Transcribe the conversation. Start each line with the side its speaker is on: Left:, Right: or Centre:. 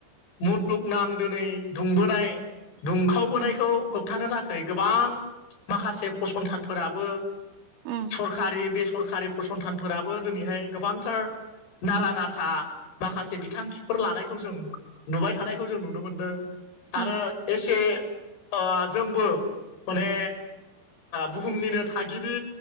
Left: मुलुगनां दिनै दुंबोनाय दुंखावबोनायखौ
Right: उम
Left: होब हमथानो थाखाय गोबां माखासे फसंथानफोराबो
Right: उम
Left: सरकारि बे सरकारि फसंथानफोराबो दिनैहाय गोबांथार नारा नाथा माखासे बिथांखिफोर लानायखौ जों नुबाय थानायखौ जों नुनो मोनदों।
Right: उम
Left: आरो एसे ओ जोंबो माने बुहुमनिनो थागिरि